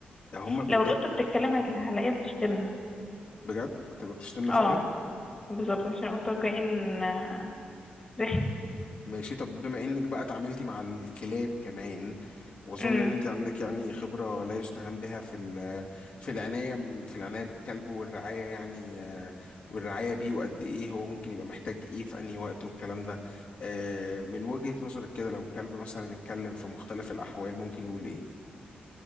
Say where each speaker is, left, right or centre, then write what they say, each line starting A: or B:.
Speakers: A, on the left; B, on the left.
A: هما بيتكلموا
B: لو القطة بتتكلم هتلا- هلاقيها بتشتمنا
A: بجد انت بتشتمنا
B: اه
A: فعلا
B: بالظبط عشان القطة كائن آه، رخم
A: ماشي طب بما انك بقى اتعاملتي مع الكلاب كمان واظن
B: امم
A: ان انت عندك يعني خبره لا يستهان بها في ال- في العنايه في العنايه بالكلب والرعايه يعني آه، والرعايه بيه وقد ايه هو ممكن يبقى محتاج ايه في انهي وقت والكلام ده آه، من وجهه نظرك كده لو الكلب مثلا اتكلم في مختلف الاحوال ممكن يقول ايه